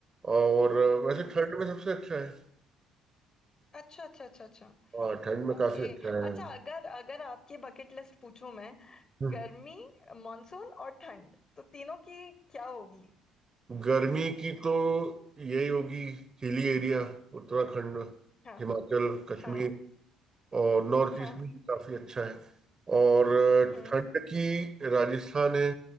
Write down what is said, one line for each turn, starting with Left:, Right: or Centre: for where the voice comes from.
Right: और अ, वैसे
Left: हम्म
Right: ठंड में सबसे अच्छा है
Left: अच्छा अच्छा अच्छा अच्छा
Right: हाँ ठंड में
Left: ओके
Right: काफी अच्छा
Left: अच्छा
Right: है
Left: अगर अगर आपकी बकेट लिस्ट पूछूं मैं
Right: हम्म।
Left: गर्मी मानसून और ठंड तो तीनों की क्या होगी
Right: गर्मी की तो यही होगी हिली एरिया उत्तराखंड
Left: हाँ
Right: हिमाचल कश्मीर
Left: हाँ
Right: और नॉर्थ
Left: हाँ
Right: ईस्ट भी काफी अच्छा है और अ,
Left: हम्म
Right: ठंड की राजस्थान है